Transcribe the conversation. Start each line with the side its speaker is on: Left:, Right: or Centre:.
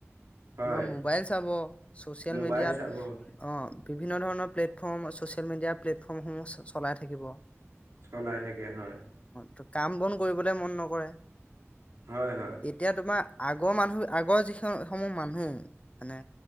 Right: হয়
Left: তোমাৰ মোবাইল চাব, চচিয়েল
Right: মোবাইল
Left: মিডিয়াত
Right: চাব
Left: অ বিভিন্ন ধৰণৰ প্লেট ফৰ্ম ছচেল মিডিয়া প্লেট অসমসমূহ চ চলাই থাকিব।
Right: চলাই থাকে হয়।
Left: টো কাম বন কৰিবলে মন নকৰে।
Right: হয় হয়
Left: এতিয়া তোমাৰ আগৰ মানুহ আগৰ যিসমসমূহ মানুহ মানে